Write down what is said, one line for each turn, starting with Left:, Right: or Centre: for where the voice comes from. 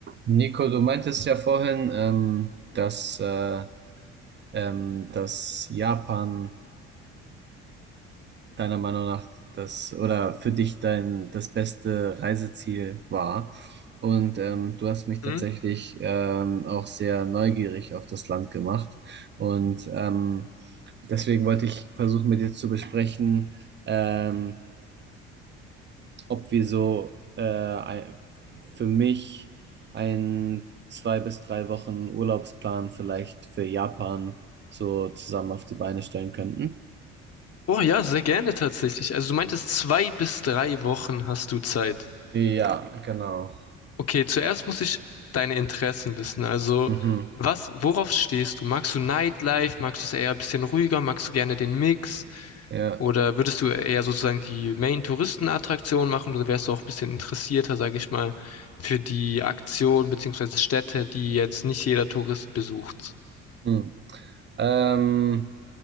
Right: Nico, du meintest ja vorhin, ähm, dass, äh, ähm, dass Japan deiner Meinung nach das oder für dich dein das beste Reiseziel war. Und ähm, du hast mich tatsächlich
Left: Mhm.
Right: ähm, auch sehr neugierig auf das Land gemacht. Und ähm, deswegen wollte ich versuchen, mit dir zu besprechen, ähm, ob wir so äh, ein- für mich ein zwei bis drei Wochen Urlaubsplan vielleicht für Japan so zusammen auf die Beine stellen könnten.
Left: Oh ja, sehr gerne tatsächlich. Also du meintest, zwei bis drei Wochen hast du Zeit.
Right: Ja, genau.
Left: Okay, zuerst muss ich deine Interessen wissen. Also
Right: Mhm.
Left: was, worauf stehst du? Magst du Nightlife? Magst du es eher ein bisschen ruhiger? Magst du gerne den Mix?
Right: Ja.
Left: Oder würdest du eher sozusagen die Main-Touristenattraktion machen? Oder wärst du auch ein bisschen interessierter, sage ich mal, für die Aktion beziehungsweise Städte, die jetzt nicht jeder Tourist besucht?
Right: Hm. Ähm,